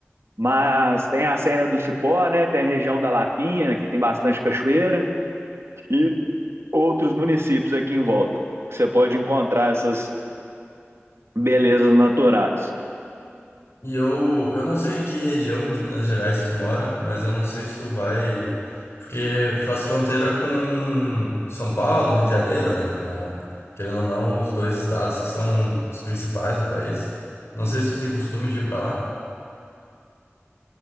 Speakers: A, on the right (about 70°); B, on the left (about 70°).
A: mas tem a Serra do Cipó, né? Tem a região da Lapinha, que tem bastante cachoeira. e outros municípios aqui em volta. que Você pode encontrar essas belezas naturais.
B: E eu, eu não sei em que região de Minas Gerais que tu mora, mas eu não sei se tu vai. Porque faz fronteira com São Paulo, Rio de Janeiro, né? Ah, querendo ou não, os dois estados que são os principais do país. Não sei se tu tem costume de ir pra lá.